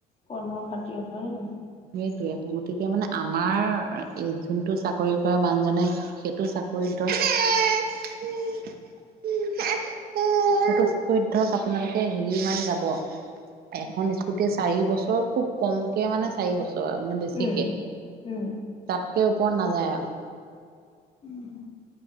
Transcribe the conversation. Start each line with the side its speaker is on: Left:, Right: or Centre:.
Left: কৰ্মৰ খাতিৰত হয়নে নহয়?
Right: সেইটোৱে গতিকে মানে আমাৰ যোনটো চাকৰি কৰে মানুহজনে সেইটো চাকৰি। ত সেইতো ধক আপোনালোকে হেৰিমান যাব এখন স্কুটি চাৰি বচ বৰ খুব কমকে মানে চাৰি বছৰ মানে বেছিকে
Left: উম
Right: তাত
Left: উম
Right: তাত কে ওপৰত নাযায় আৰু
Left: উম